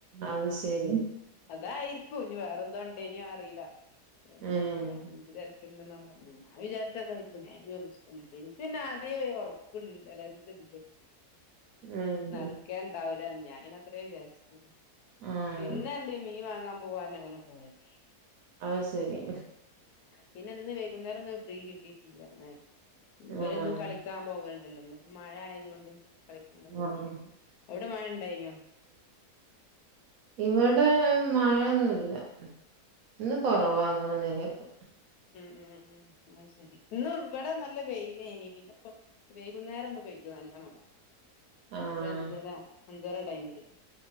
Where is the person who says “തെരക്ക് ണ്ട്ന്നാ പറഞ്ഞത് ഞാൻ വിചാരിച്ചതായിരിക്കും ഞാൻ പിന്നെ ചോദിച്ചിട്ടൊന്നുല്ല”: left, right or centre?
Left